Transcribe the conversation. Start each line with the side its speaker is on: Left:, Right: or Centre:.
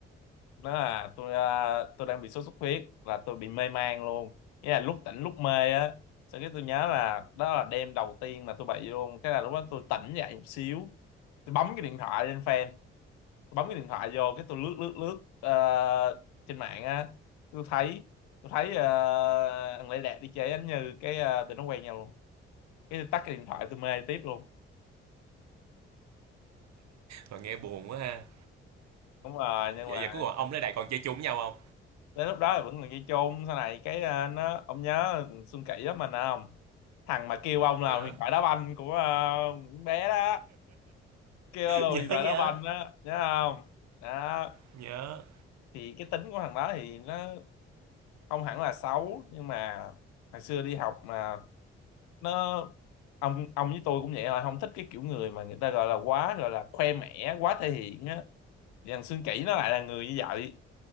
Left: nó là tôi à, tôi đang bị sốt xuất huyết và tôi bị mê man luôn nghĩa là lúc tỉnh lúc mê á sau cái tôi nhớ là đó là đêm đầu tiên mà tôi bị luôn cái là lúc đó tôi tỉnh dậy một xíu tôi bấm cái điện thoại lên fan tôi bấm cái điện thoại vô cái tôi lướt lướt lướt ờ, trên mạng á tôi thấy tôi thấy uh, thằng Lê Đạt đi chơi anh Như cái ờ, tụi nó quen nhau luôn cái tôi tắt cái điện thoại tôi mê tiếp luôn
Right: mà nghe buồn quá ha.
Left: đúng rồi nhưng
Right: vậy
Left: mà
Right: giờ cuối cùng ông với Đại còn chơi chung với nhau không?
Left: đến lúc đó thì vẫn còn dây chôn sau này cái ờ, nó ông nhớ Xuân Kỷ đó mình không thằng mà kêu ông là
Right: Nhớ.
Left: huyền thoại đá banh của ờ, con bé đó kêu là
Right: <laughs> Nhớ
Left: huyền thoại
Right: nhớ.
Left: đá banh đó nhớ không đó
Right: Nhớ.
Left: thì cái tính của thằng đó thì nó không hẳn là xấu nhưng mà hồi xưa đi học mà nó ông ông với tôi cũng vậy là không thích cái kiểu người mà người ta gọi là quá gọi là khoe mẽ quá thể hiện á Thì thằng Xuân Kỷ nó lại là người như vậy